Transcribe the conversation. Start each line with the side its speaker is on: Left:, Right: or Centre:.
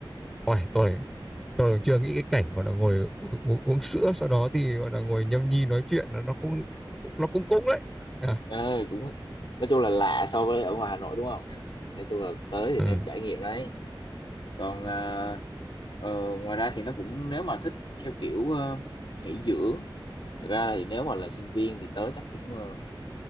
Centre: ôi tôi tôi chưa nghĩ cái cảnh gọi là ngồi uống, uống, uống sữa sau đó thì gọi là ngồi nhâm nhi nói chuyện nó nó cũng nó cũng cũng đấy. À,
Left: Ờ, cũng nói chung là lạ so với ở ngoài Hà Nội đúng không nói chung là tới thì
Centre: ừ,
Left: nên trải nghiệm đấy còn ờ, ờ, ngoài ra thì nó cũng nếu mà thích theo kiểu ờ, nghỉ dưỡng thực ra thì nếu mà là sinh viên thì tới chắc cũng ờ,